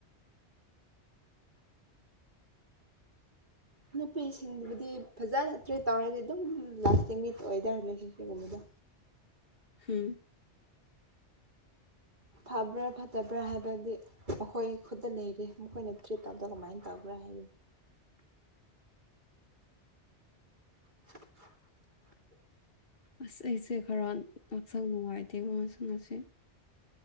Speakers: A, on the right; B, on the left.
A: ꯅꯨꯄꯤꯁꯤꯡꯗꯨꯕꯨꯗꯤ ꯐꯖꯅ ꯇ꯭ꯔꯦꯠ ꯇꯧꯔꯗꯤ ꯑꯗꯨꯝ ꯂꯥꯁꯇꯤꯡꯒꯤ ꯑꯣꯏꯇꯥꯔꯦ ꯔꯤꯂꯦꯁꯟꯁꯤꯞꯀꯨꯝꯕꯗ
B: ꯍꯝ
A: ꯐꯕ꯭ꯔꯥ ꯐꯠꯇꯕ꯭ꯔꯥ ꯍꯥꯏꯕꯗꯤ ꯃꯈꯣꯏ ꯈꯨꯠꯇ ꯂꯩꯔꯤ ꯃꯈꯣꯏꯅ ꯇ꯭ꯔꯤꯠ ꯇꯧꯕꯗ ꯀꯃꯥꯏꯅ ꯇꯧꯕ꯭ꯔꯥ ꯍꯥꯏꯕꯅꯤ <unintelligible>
B: ꯑꯁ ꯑꯩꯁꯦ ꯈꯔ ꯉꯛꯁꯥꯡ ꯅꯨꯡꯉꯥꯏꯇꯦ ꯉꯁꯤ